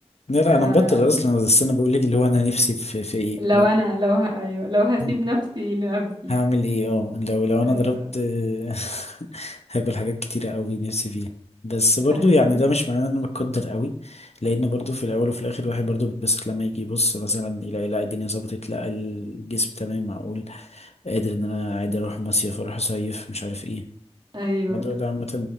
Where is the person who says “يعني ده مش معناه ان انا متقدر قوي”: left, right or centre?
Left